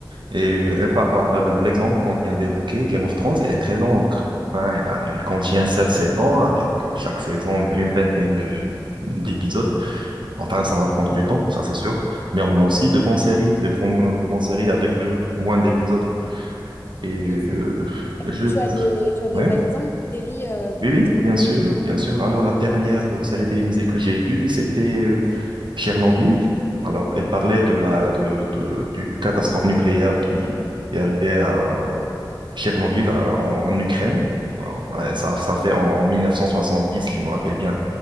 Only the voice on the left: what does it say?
oui,
oui,
c'est
Tu as des, tu as des
exemples de séries, euh,
peut-être,